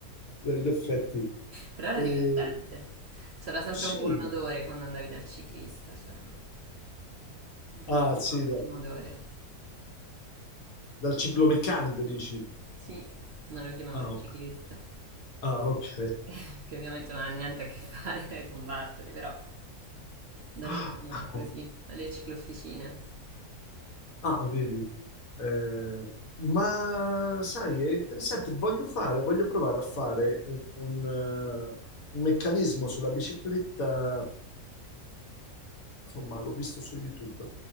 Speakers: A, on the left (about 65°); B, on the right (about 55°).
A: Beh, in effetti.
B: Però era
A: Eh,
B: divertente. C'era sempre
A: sì,
B: un buon odore quando andavi dal ciclista, c'era un, bu-
A: ah, sì,
B: un ottimo
A: da-
B: odore.
A: dal ciclomeccanico dici.
B: Sì, noi lo chiamiamo
A: Ah,
B: il
A: ok.
B: ciclista,
A: Ah, ok.
B: <laughs> che ovviamente non ha niente a che fare <laughs> con Bartoli, però da
A: <laughs>
B: noi si chiamano così, alle ciclofficine.
A: Ah, vedi. Eh, ma sai, è interessante. Voglio fare, voglio provare a fare un, un, eh, un meccanismo sulla bicicletta insomma, l'ho visto su YouTube,